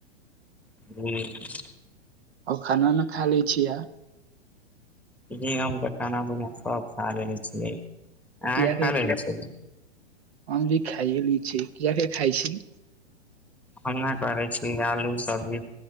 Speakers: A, in the centre; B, on the right.
A: हूंम्म
B: आउ खाना उना खा ले छीयै
A: जी हम तऽ खाना पीना सब खा लेले छियै अहाँ
B: किया के
A: खा लेले छी
B: हम भी खाइए ली छी किए के खाइ छी
A: हम नहि करै छी आलू सब्जी